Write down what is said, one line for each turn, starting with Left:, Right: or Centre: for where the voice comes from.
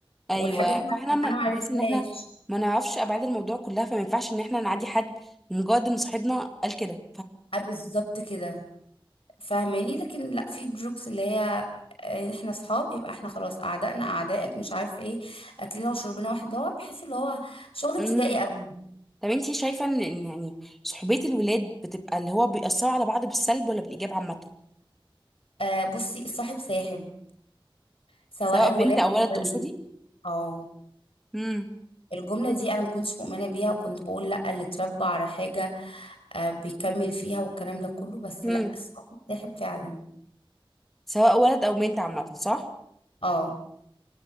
Centre: ايوه
Left: والحاجات دي
Centre: فاحنا ما
Left: انا ما عرفتهاش
Centre: بحس ان احنا ما نعرفش ابعاد الموضوع كلها فما ينفعش ان احنا نعدي حد مجرد ان صاحبنا قال كده
Left: آه، بالظبط كده فاهماني لكن لا في جروبس اللي هي آه، احنا صحاب يبقى احنا خلاص اعدائنا اعدائك مش عارف ايه اكلنا وشربنا واحد اللي هو بحس اللي هو شغل
Centre: فاهمه
Left: ابتدائي قوي
Centre: طب انتي شايفة ان إن يعني صحوبية الولاد بتبقى اللي هو بيأثروا على بعض بالسلب ولا بالإيجاب عامة
Left: آه بصي الصاحب ساحب سواء
Centre: سواء بنت
Left: ولاد
Centre: أو ولد
Left: او بنات
Centre: تقصدي
Left: اه
Centre: امم
Left: الجمله دي انا ما كنتش مؤمنه بيها وكنت بقول لا اللي اتربى على حاجه آه بيكمل فيها والكلام ده كله بس
Centre: امم
Left: لا الصاحب ساحب فعلا
Centre: سواء ولد أو بنت عامة صح
Left: اه